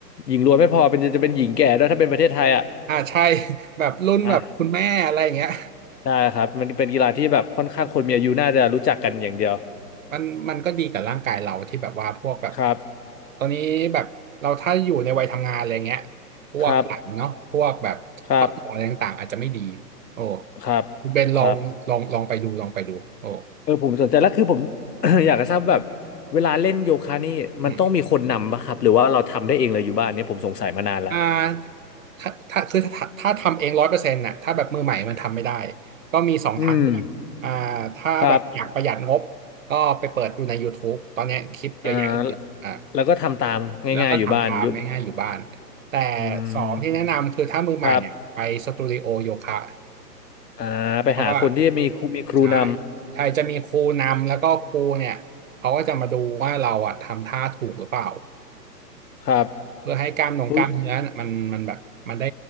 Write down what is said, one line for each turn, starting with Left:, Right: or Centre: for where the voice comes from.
Left: หญิงล้วนไม่พอเป็นจะจะเป็นหญิงแก่ด้วยถ้าเป็นประเทศไทยอ่ะ
Right: อ่าใช่ <laughs> แบบรุ่นแบบคุณแม่อะไรอย่างเงี้ย
Left: อ่ะได้ครับมันเป็นกีฬาที่แบบค่อนข้างคนมีอายุน่าจะรู้จักกันอย่างเดียว
Right: มันมันก็ดีกับร่างกายเราที่แบบว่าพวกแบบ
Left: ครับ
Right: ตอนนี้แบบเราถ้าอยู่ในวัยทำงานอะไรเงี้ยพวกหลังเนาะพวกแบบข้อต่ออะไรต่างๆอาจจะไม่ดี
Left: ครับครับ
Right: โอ้
Left: ครับ
Right: คุณเบนลองลองลองไปดูลองไปดูโอ้
Left: ครับเออผมสนใจแล้วคือผม <coughs> อยากจะทราบแบบเวลาเล่นโยคะนี่มันต้องมีคนนำป่ะครับหรือว่าเราทำได้เองเลยอยู่บ้านเนี่ยผมสงสัยมานานละ
Right: อืมอ่าถ้าถ้าคือถ้าถ้าทำเองร้อยเปอร์เซ็นต์น่ะถ้าแบบมือใหม่มันทำไม่ได้ก็มีสองทางเลือกอ่าถ้าแบบอยากประหยัดงบก็ไปเปิดดูใน
Left: อืมครับ
Right: YouTube ตอนเนี้ยคลิปเยอะแยะเลยอ่า
Left: อ่าแล้วแล้วก็ทำตามง่ายๆอยู่บ้านยุบ
Right: แล้วก็ทำตามง่ายๆอยู่บ้าน แต่
Left: อืม
Right: สองที่แนะนำคือถ้ามือใหม่เนี่ยไปสตูดิโอโยคะ
Left: ครับ อ่าไปหาคนที่มีครูมีครูน
Right: เพราะว่าใช่ใช่จะมีครูนำแล้วก็ครูเนี่ยเขาก็จะมาดูว่าเราอะทำท่าถูกหรือเปล่า
Left: ำครับ
Right: เพื่อให้กล้ามนงกล้ามเนื้อน่ะมันมันแบบมันได้
Left: อุ้ย